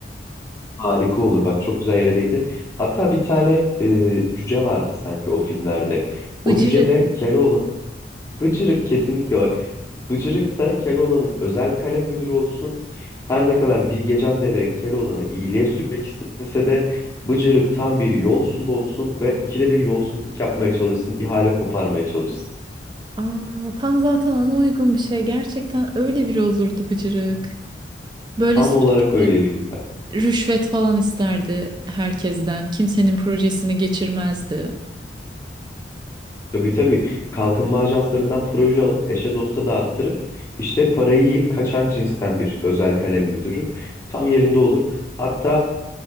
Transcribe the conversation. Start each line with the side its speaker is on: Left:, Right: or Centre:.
Left: harika olur bak çok güzel yere değindin. Hatta bir tane e, cüce vardı sanki o filmlerde.
Right: Bıcırık.
Left: O cüce de Keloğlan'ın Bıcırık kesinlikle bak. Bıcırık da Keloğlan'ın özel kalem müdürü olsun. Her ne kadar Bilgecan Deve Keloğlan'ı iyiliğe sürmek istese de Bıcırık tam bir yolsuz olsun ve ikide bir yolsuzluk yapmaya çalışsın, ihale koparmaya çalışsın.
Right: Aa, tam zaten ona uygun bir şey. Gerçekten öyle biri olurdu Bıcırık. Böyle
Left: Tam
Right: sürekli
Left: olarak öyle biri ya.
Right: rüşvet falan isterdi herkesten. Kimsenin projesini geçirmezdi.
Left: Tabii tabii kalkınma ajanslarından proje alıp eşe dosta dağıttırıp işte parayı yiyip kaçan cinsten bir özel kalem müdürü. Tam yerinde olur. Hatta